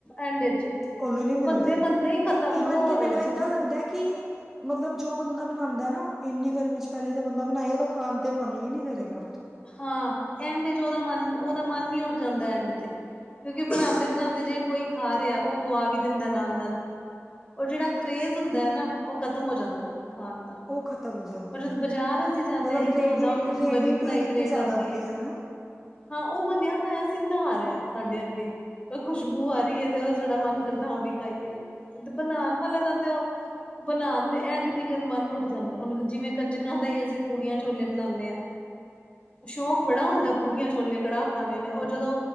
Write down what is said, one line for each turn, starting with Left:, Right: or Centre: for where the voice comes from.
Left: ਐਂਡ ਚ
Centre: ਉਹਨੂੰ ਨਹੀਂ
Left: ਉਹ
Centre: ਮਿਲਦੇ
Left: ਬੰਦੇ ਬੰਦੇ ਹੀ ਖ਼ਤਮ
Centre: ਈਵਨ
Left: ਹੋਰ
Centre: ਕਿ ਮੈਨੂੰ
Left: ਜ
Centre: ਏਦਾਂ ਲੱਗਦਾ ਐ ਕਿ ਮਤਲਬ ਜੋ ਬੰਦਾ ਬਣਾਉਂਦਾ ਐ ਨਾ ਇੰਨੀ ਗਰਮੀ ਚ ਪਹਿਲੇ ਤਾਂ ਬੰਦਾ ਬਣਾਏ ਉਹਦਾ ਖਾਣ ਤੇ ਮਨ ਵੀ ਨਹੀਂ ਕਰੇਗਾ ਫਿਰ।
Left: ਹਾਂ, ਐਂਡ ਚ ਉਹਦਾ ਮਨ ਉਹਦਾ ਮਨ ਈ ਉੱਠ ਜਾਂਦਾ ਐਂਡ ਤੇ। ਕਿਉਂਕਿ ਬਣਾਉਂਦੇ ਬਣਾਉਂਦੇ ਜੇ ਕੋਈ ਖਾ ਰਿਹਾ ਉਹ ਖਵਾ ਵੀ ਦਿੰਦਾ ਨਾਲ-ਨਾਲ ਉਹ ਜਿਹੜਾ ਕਰੇਜ਼ ਹੁੰਦਾ ਐ ਨਾ ਉਹ ਖਤਮ ਹੋ ਜਾਂਦਾ ਐ ਖਾਣ ਦਾ।
Centre: ਉਹ ਖਤਮ ਹੋ ਜਾਂਦਾ
Left: ਪਰ ਜਦੋਂ ਬਾਜ਼ਾਰ ਅਸੀਂ ਜਾਂਦੇ
Centre: ਮਤਲਬ
Left: ਹਾਂ ਇੱਕੋ
Centre: ਰੇਡੀ
Left: ਦਮ
Centre: ਰੇਡੀ
Left: ਬਣੀ ਬਣਾਈ
Centre: ਟੂ ਈਟ
Left: ਪਲੇਟ
Centre: ਜ਼ਿਆਦਾ
Left: ਆਉਂਦੀ
Centre: ਵਧੀਆ
Left: ਐ।
Centre: ਹਨਾ
Left: ਹਾਂ ਉਹ ਬਣਿਆ ਬਣਾਇਆ ਸਿੱਧਾ ਆ ਰਿਹਾ ਸਾਡੇ ਅੱਗੇ। ਖੁਸ਼ਬੂ ਆ ਰਹੀ ਹੈ ਤੇ ਉਹ ਸਾਡਾ ਮਨ ਕਰਦਾ ਹਾਂ ਵੀ ਖਾਈਏ ਤੇ ਬਣਾਉਣ ਵਾਲੇ ਦਾ ਤੇ ਉਹ ਬਣਾਉਣ ਦੇ ਐਂਡ ਤਕਰ ਮਨ ਉੱਠ ਜਾਂਦਾ ਐ ਹੁਣ ਜਿਵੇਂ ਕੰਜਕਾਂ ਦਾ ਹੀ ਅਸੀਂ ਪੂੜੀਆਂ ਛੋਲੇ ਬਣਾਉਂਦੇ ਹਾਂ। ਸ਼ੌਂਕ ਬੜਾ ਹੁੰਦਾ ਪੂੜੀਆਂ ਛੋਲੇ ਕੜਾਹ ਖਾਣੇ ਨੇ ਔਰ ਜਦੋਂ